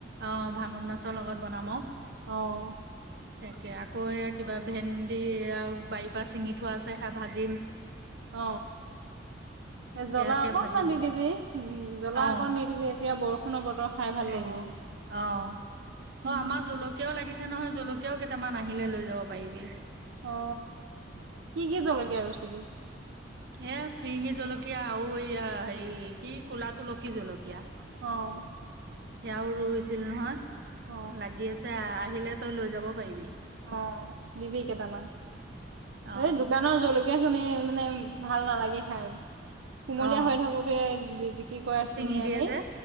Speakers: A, on the right; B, on the right.
A: অ ভাঙন মাছৰ লগত বনাম
B: অ',
A: তাকে আকৌ এ কিবা ভেন্দিয়া বায় ত পৰা চিঙি থোৱা আছে খাই ভাজিম
B: অ এ
A: সেয়াকে
B: জ্বলা অকণমান
A: ভাজিম
B: নিদিবি
A: আৰু
B: উ জ্বলা
A: অ
B: অকণ নিদিবি এতিয়া বৰষুণৰ বতৰ খাই ভাল লাগিব।
A: অ অ
B: উম
A: অ আমাৰ জলকীয়াও লাগিছে নহয় জলক কীয়াও কেইটামান আহিলে লৈ যাব পাৰিবি
B: অ কি কি জল ৰুইছিলি
A: এ ফিৰিঙি জলকীয়া আৰু এইয়া হেৰি কি কলা তুলসী জলকীয়া
B: অ'।
A: সেয়াও ৰুইছিল নহয়
B: অ
A: লাগি আছে আহিলে তই লৈ যাব পাৰিবি
B: অ দিবি কেটামান
A: অ
B: এই দোকানৰ জলকীয়া খিনি মানে ভাল নালাগে খাই কুমলীয়া
A: অ
B: হৈ থাকোতে বি বিক্ৰী কৰে
A: ছিঙি
B: চিঙি
A: দিয়ে
B: আনি
A: যে